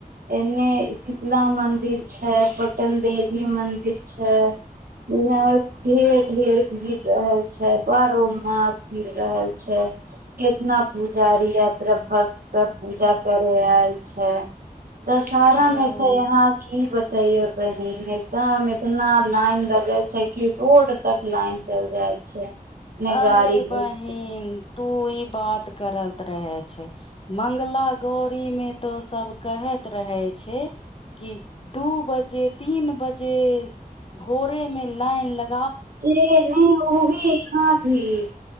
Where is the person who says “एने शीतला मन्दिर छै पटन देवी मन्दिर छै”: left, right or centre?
Right